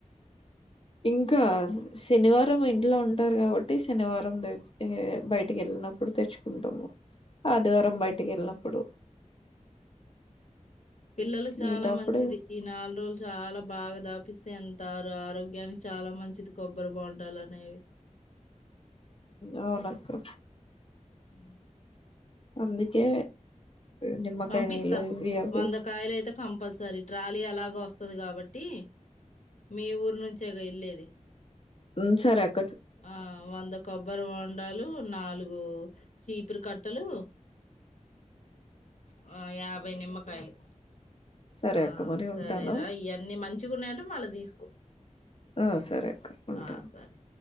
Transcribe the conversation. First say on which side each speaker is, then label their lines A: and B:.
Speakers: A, on the left; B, on the left.
A: ఇంకా శనివారం ఇంట్లో ఉంటారు కాబట్టి శనివారం బయటికి వెళ్ళినప్పుడు తెచ్చుకుంటాము ఆదివారం బయటకి వెళ్ళినప్పుడు
B: పిల్లలకి చాలా
A: మిగతాప్పుడు
B: మంచిది ఈ నాలుగు రోజులు చాలా బాగా దాపిస్తే ఎంత మంచిది ఆరోగ్యానికి చాలా మంచిది కొబ్బరి బోండాలు అనేవి
A: అవునన్ కు
B: మ్
A: అందుకే నిమ్మకాయ
B: పంపిస్తా
A: నీలు ఇవి అవి
B: వంద కాయలు అయితే కంపల్సరీ ట్రాలీ ఎలాగ వస్తుంది కాబట్టి మీ ఊరు నుంచి జగా ఏల్లెది
A: మ్ సరే అ
B: ఆ వంద కొబ్బరి వండాలు నాలుగు చీపురు కట్టలు, వా యాభై నిమ్మకాయలు
A: సరే
B: ఆ
A: అక్క మరి
B: సరేరా
A: ఉంటాను
B: ఇవన్నీ మంచిగాన్నాంటే మళ్ళ తీసుకో
A: ఆ సరే కరుకుంటాను
B: ఆ సరే